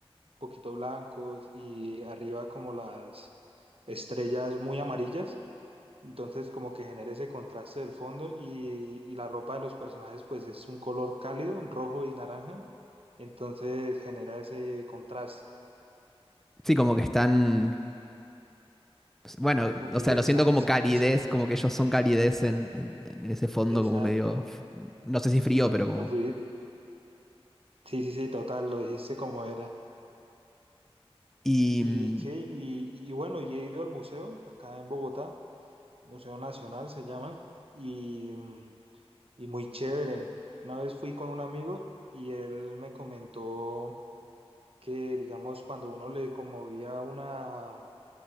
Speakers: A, on the right; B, in the centre.
A: poquito blancos y arriba como las estrellas muy amarillas. Entonces como que genera ese contraste del fondo y, y la ropa de los personajes pues es un color cálido, rojo y naranja. Entonces genera ese contraste.
B: sí, como que están, bueno,
A: Como
B: o
A: que
B: sea,
A: ellos
B: lo siento
A: están
B: como
A: en...
B: calidez,
A: en
B: como que ellos son calidez en, en- en ese fondo
A: exacto.
B: como medio, f- no sé si frío, pero como...
A: Fui- Sí, sí, sí, total, lo dijiste como era.
B: Y...
A: ¿Y
B: mm,
A: qué? Y, y bueno, y he ido al museo, acá en Bogotá, Museo Nacional se llama, y, mm, y muy chévere. Una vez fui con un amigo y él me comentó que, digamos, cuando uno le conmovía una,